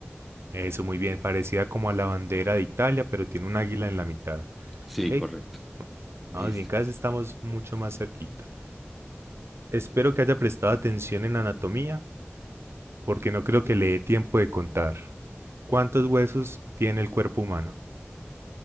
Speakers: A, on the right; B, in the centre.
A: Eso, muy bien. Parecida como a la bandera de Italia, pero tiene un águila en la mitad.
B: Sí,
A: ¿Ok?
B: correcto.
A: Bueno,
B: Listo.
A: Vamos bien, cada vez estamos mucho más cerquita. Espero que haya prestado atención en anatomía, porque no creo que le dé tiempo de contar. ¿Cuántos huesos tiene el cuerpo humano?